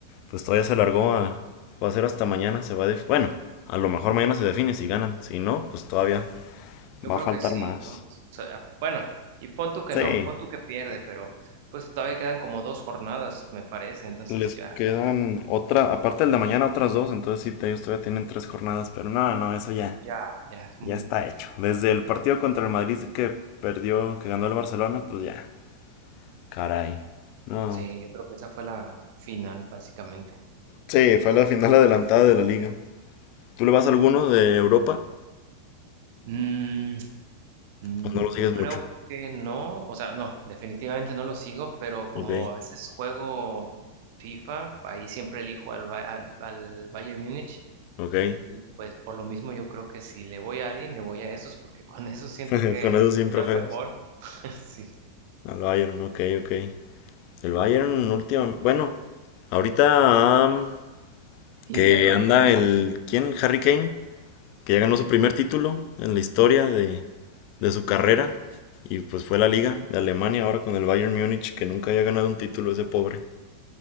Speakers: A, on the left (about 45°); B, on the right (about 50°).
A: pues todavía se largó a... Va a ser hasta mañana, se va a... def- Bueno, a lo mejor mañana se define si ganan. Si no, pues todavía
B: Yo
A: va
B: creo
A: a faltar
B: que sí,
A: más.
B: ¿no? O sea, bueno, y pon tú que
A: Sí.
B: no, pon tú que pierde, pero pues todavía quedan como dos jornadas, me parece, entonces
A: Les
B: ya,
A: quedan
B: se me hace-
A: otra, aparte del de mañana, otras dos, entonces sí, te- ellos todavía tienen tres jornadas, pero no, no, eso ya,
B: ya, ya es muy,
A: ya está hecho. Desde el partido contra el Madrid que perdió, que ganó el Barcelona, pues ya, caray. No.
B: sí, yo creo que esa fue la final, básicamente.
A: Sí, fue la final adelantada de la liga. ¿Tú le vas a alguno de Europa
B: Mm, mm,
A: o no lo
B: yo
A: sigues
B: creo
A: mucho?
B: que no, o sea, no, definitivamente no lo sigo, pero como
A: Ok,
B: a veces juego FIFA, ahí siempre elijo al, Ba- al, al Bayern Múnich
A: ok.
B: Y pues por lo mismo yo creo que si le voy a alguien, le voy a esos, porque <laughs> con esos siento
A: <laughs>
B: que
A: Con eso siempre
B: soy
A: juegas.
B: mejor. <laughs> Sí.
A: Al Bayern, ok, ok. El Bayern, último, bueno, ahorita am,
B: Inter
A: que
B: lo
A: anda
B: eliminó.
A: el, ¿quién? Harry Kane que ya ganó su primer título en la historia de, de su carrera. Y pues fue la liga de Alemania ahora con el Bayern Múnich, que nunca había ganado un título ese pobre.